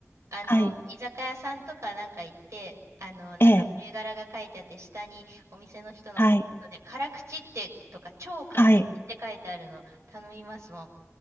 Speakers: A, on the right (about 70°); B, on the left (about 50°).
A: あの、
B: はい。
A: 居酒屋さんとかなんか行って、あの、なんか銘柄が書いてあって、
B: ええ。
A: 下にお店の人のコメントで、
B: はい。
A: 辛口ってとか、超辛口って書いてあるの頼みますも
B: はい。